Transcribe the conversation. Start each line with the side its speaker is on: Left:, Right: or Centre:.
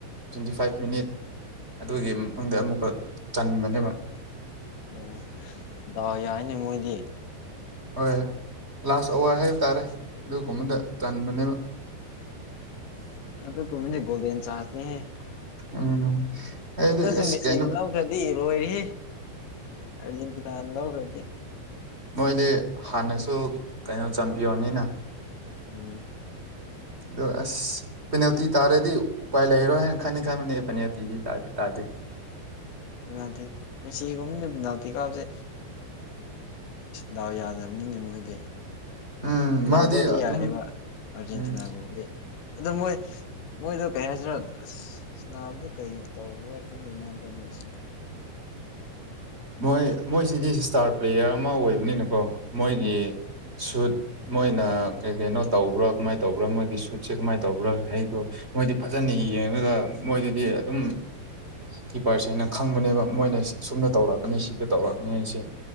Right: ꯇ꯭ꯋꯦꯟꯇꯤ ꯐꯥꯏꯚ ꯃꯤꯅꯤꯠ ꯑꯗꯨꯒꯤ ꯃꯇꯨꯡꯗ ꯑꯃꯨꯛꯀ ꯆꯟꯕꯅꯦꯕ
Left: ꯑꯣ ꯗꯥꯡ ꯌꯥꯏꯅꯦ ꯃꯣꯏꯗꯤ
Right: ꯍꯣꯏ ꯂꯥꯁ ꯑꯋꯥꯔ ꯍꯥꯏꯕ ꯇꯥꯔꯦ ꯑꯗꯨꯒꯨꯝꯕꯗ ꯆꯟꯕꯅꯦꯕ
Left: ꯑꯗꯨꯒꯨꯕꯗꯤ ꯒꯣꯜꯗꯟ ꯆꯥꯟꯁ ꯁꯦ
Right: ꯎꯝ ꯑꯩꯗꯤ
Left: ꯑꯗꯨꯁꯨ
Right: ꯑꯁ
Left: ꯃꯦꯁꯤꯅ
Right: ꯀꯩꯅꯣ
Left: ꯂꯧ ꯂꯧꯈ꯭ꯔꯗꯤ ꯂꯣꯏꯔꯤ ꯑꯔꯖꯦꯟꯇꯤꯅꯥꯅ ꯂꯧꯈ꯭ꯔꯗꯤ
Right: ꯃꯣꯏꯗꯤ ꯍꯥꯟꯅꯁꯨ ꯀꯩꯅꯣ ꯆꯝꯄꯤꯌꯟꯅꯤꯅ
Left: ꯎꯝ ꯎꯝ
Right: ꯑꯗꯣ ꯑꯁ ꯄꯦꯅꯦꯜꯇꯤ ꯇꯥꯔꯗꯤ ꯎꯄꯥꯏ ꯂꯩꯔꯣꯏ ꯍꯥꯏꯅ ꯈꯟꯗꯤ ꯈꯟꯕꯅꯤ ꯄꯦꯅꯦꯜꯇꯤꯗꯤ ꯇꯥꯗꯤ ꯇꯥꯗꯦ
Left: ꯄꯦꯅꯦꯜꯇꯤ ꯃꯦꯁꯤꯒꯨꯝꯕꯅ ꯄꯦꯅꯦꯜꯇꯤ ꯀꯧꯕꯁꯦ ꯗꯥꯎ ꯌꯥꯗꯕꯅꯤꯅ ꯃꯣꯏꯗꯤ
Right: ꯎꯝ
Left: ꯔꯣꯅꯥꯜꯗꯣꯗꯤ
Right: ꯃꯥꯗꯤ ꯑꯗꯨꯝ
Left: ꯌꯥꯔꯛꯏꯕ ꯑꯥꯔꯖꯦꯟꯇꯤꯅꯥꯒꯨꯝꯕꯗꯤ
Right: ꯎꯝ
Left: ꯑꯣ ꯃꯣꯏ ꯃꯣꯏꯗꯣ ꯀꯩ ꯍꯥꯏꯁꯤꯔꯣ ꯑꯁ ꯅꯥꯕꯗꯨ ꯀꯩ ꯇꯧꯕ꯭ꯔꯥ ꯈꯪꯗꯣꯏꯅꯤ ꯍꯟꯗ ꯑꯣꯏꯨꯔꯁꯤ
Right: ꯃꯣꯏ ꯃꯣꯏꯁꯤꯗꯤ ꯏꯁꯇꯥꯔ ꯄ꯭ꯂꯦꯌꯔ ꯑꯃ ꯑꯣꯏꯕꯅꯤꯅꯀꯣ ꯃꯣꯏꯒꯤ
Left: ꯎꯝ
Right: ꯁꯨꯠ ꯃꯣꯏꯅ ꯀꯩ ꯀꯩꯅꯣ ꯇꯧꯕ꯭ꯔꯥ ꯀꯃꯥꯏ ꯇꯧꯕ꯭ꯔꯥ ꯃꯣꯏꯒꯤ ꯁꯨꯠꯁꯦ ꯀꯃꯥꯏꯅ ꯇꯧꯕ꯭ꯔꯥ ꯑꯩꯗꯣ ꯃꯣꯏꯗꯤ ꯐꯖꯅ
Left: ꯎꯝ
Right: ꯌꯦꯡꯉꯒ ꯃꯣꯏꯗꯗꯤ ꯑꯗꯨꯝ ꯀꯤꯄꯔꯁꯅ ꯈꯪꯕꯅꯦꯕ ꯃꯣꯏꯅ ꯁꯨꯝꯅ
Left: ꯎꯝ
Right: ꯇꯧꯔꯛꯀꯅꯤ ꯁꯤ ꯇꯧꯔꯛꯅꯤ ꯑꯩꯁꯦ